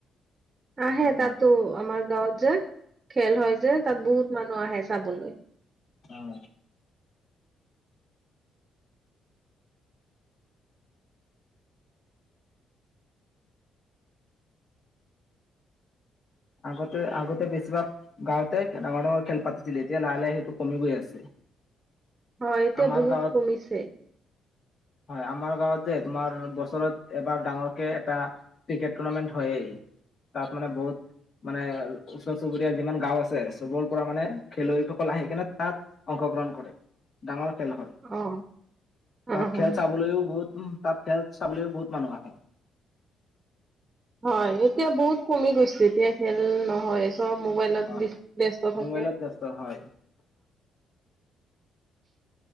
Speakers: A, on the right; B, on the left.
A: আহে
B: সেইকাৰণে।
A: তাতো আমাৰ গাঁৱত যে খেল হয় যে, তাত বহু বহুত মানুহ আহে চাবলৈ।
B: অ'। আগতে-আগতে বেছিভাগ গাঁৱঁতে ডাঙৰ-ডাঙৰ খেল পাতিছিলে। এতিয়া লাহে-লাহে সেইটো কমি গৈ আছে।
A: হয়। এতিয়া
B: আমাৰ
A: বহুত
B: গাঁৱত
A: কমিছে।
B: হয়। আমাৰ গাঁৱত যে, তোমাৰ, বছৰত এবাৰ ডাঙৰকে এটা ক্ৰিকেট টুৰ্ণামেণ্ট হয়েই। তাত, মানে, বহুত মানে, ওচৰ-চুবুৰীয়া যিমান গাঁও আছে, চবৰ পৰা, মানে, খেলুৱৈসকল আহি কিনে, তাত অংশগ্ৰহণ কৰে। ডাঙৰ খেল হয়।
A: অ
B: তাত
A: অ
B: খেল
A: অ
B: চাবলৈও বহুত উম, তাত খেল চাবলৈও বহুত মানুহ আহে।
A: হয়। এতিয়া বহুত কমি গৈছে। এতিয়া খেল নহয়েই চব মোবাইলত
B: হয়
A: ব্যস্ত থাকে।
B: মোবাইলত ব্যস্ত হয়